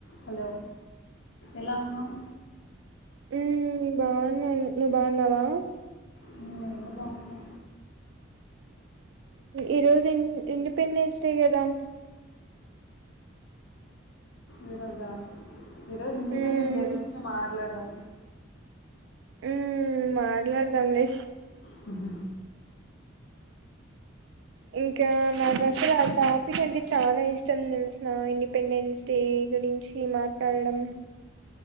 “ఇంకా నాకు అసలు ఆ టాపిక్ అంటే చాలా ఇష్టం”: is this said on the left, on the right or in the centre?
Right